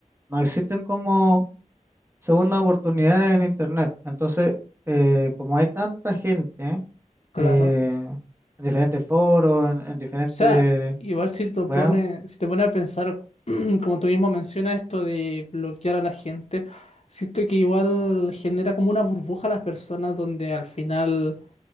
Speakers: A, on the right; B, on the left.
A: no existen como segunda oportunidad en Internet. Entonces, eh, como hay tanta gente
B: claro.
A: eh, en diferentes foros, en, en diferentes
B: sea, igual si te pone,
A: weas,
B: si te pone a pensar, <clears throat> como tú mismo mencionas, esto de bloquear a la gente, siento que igual genera como una burbuja a las personas donde al final